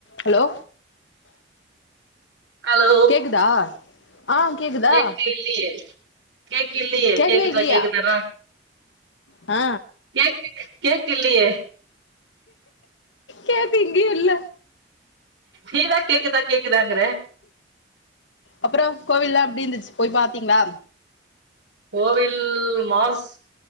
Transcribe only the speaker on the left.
hello
கேக்குதா ஆ கேக்குதா
கேக்கவே
இல்லியா
ஆ
கேக் இங்கயு இல்ல
அப்புறோ கோவில் எல்லா அப்டி இருந்துச்சு போய் பாத்தீங்களா